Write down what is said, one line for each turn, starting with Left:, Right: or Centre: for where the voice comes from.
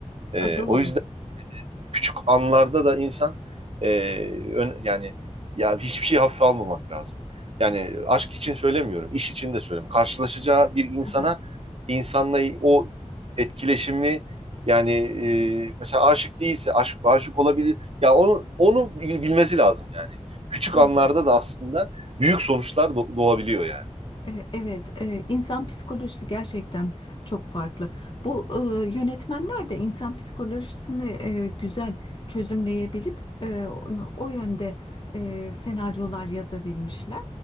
Right: E,
Left: A, doğru.
Right: o yüzden küçük anlarda da insan e, ön- yani ya hiçbir şey hafife almamak lazım. Yani aşk için söylemiyorum, iş için de söylemiyorum. Karşılaşacağı bir insana
Left: Ha,
Right: insanla o etkileşimi yani e, mesela aşık değilse aşk aşık olabilir. Ya onu onu bilmesi lazım yani. Küçük
Left: ha.
Right: anlarda da aslında büyük sonuçlar do- doğabiliyor yani.
Left: E, Evet, e, insan psikolojisi gerçekten çok farklı. Bu e, yönetmenler de insan psikolojisini e, güzel çözümleyebilip e, onu- o yönde e, senaryolar yazabilmişler.